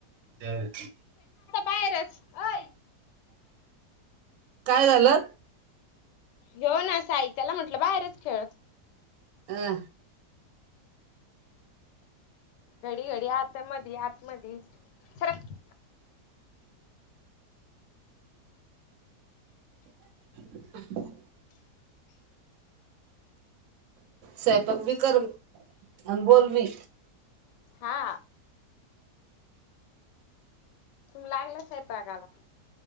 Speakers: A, on the right; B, on the left.
A: जय
B: वायरस आय
A: काय झालं
B: येेऊ ना साहित्याला म्हटलं बाहेरच खेळ
A: अं
B: घडी घडी आता मध आत मधी सरक
A: <inaudible> सायंपाक भी कर अन बोलवी
B: हा तुम्ही लागलाय सायंपाकला